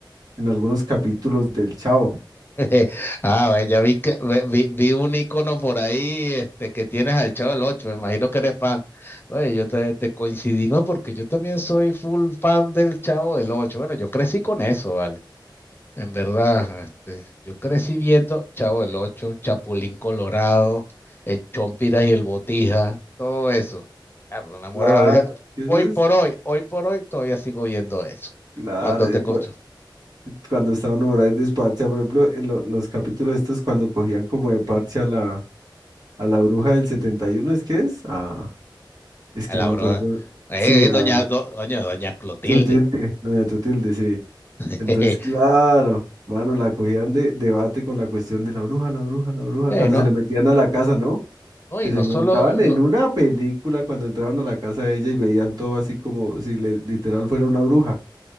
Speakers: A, on the right; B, on the left.
A: en algunos capítulos del Chavo.
B: <laughs> Ah, ve, ya vi que ve- vi, vi un icono por ahí, este, que tienes al Chavo del Ocho, me imagino que eres fan. Oye, yo te, te coincidimos porque yo también soy full fan del Chavo del Ocho. Bueno, yo crecí con eso, ¿vale? En verdad, este, yo crecí viendo Chavo del Ocho, Chapulín Colorado, el Chompiras y el Botija, todo eso. Ah, pero me muero
A: Claro,
B: de la risa.
A: eso
B: Hoy
A: es
B: por hoy, hoy por hoy todavía sigo viendo eso.
A: claro.
B: Cuando
A: eh,
B: tengo
A: por- Cuando está uno por ahí desparchado, por ejemplo, en lo- los capítulos estos cuando cogían como de parche a la, a la bruja del 71, ¿es que es? Ah, es
B: a
A: que
B: la
A: no me
B: broda,
A: acuerdo.
B: eh,
A: Sí,
B: eh,
A: a
B: doña, do- doña, doña Clotilde.
A: Teotilde, doña Teotilde, sí.
B: <laughs>
A: Entonces, claro, mano, la cogían de debate con la cuestión de la bruja, la bruja, la bruja,
B: Bueno,
A: cuando se le metían a la casa, ¿no?
B: no, y
A: Que
B: no
A: se montaban
B: solo, no,
A: en una película cuando entraron a la casa de ella y veían todo así como si le- literal fuera una bruja.